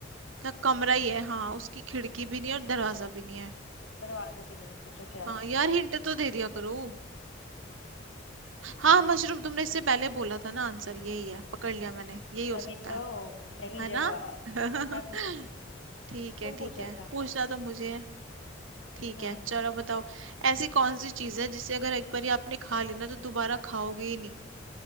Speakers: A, on the right (about 85°); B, on the left (about 80°).
A: मतलब कमरा ही है हाँ उसकी खिड़की भी नहीं और दरवाजा भी नहीं है
B: दरवाजे भी नहीं है सोचो क्या
A: हाँ यार हिंट तो दे दिया करो हाँ मशरूम तुमने इससे पहले बोला था ना आंसर यही है पकड़ लिया मैंने यही हो
B: तभी
A: सकता
B: तो
A: है
B: सही
A: है
B: जवाब
A: ना <laughs>
B: मैं पूछती हूँ
A: ठीक है
B: तुम
A: ठीक
B: पूछो
A: है
B: अच्छा
A: पूछना तो मुझे है। ठीक
B: हम्म
A: है चलो बताओ ऐसी कौन सी चीज है जिसे अगर एक बार आपने खा ली ना तो दोबारा खाओगे ही नहीं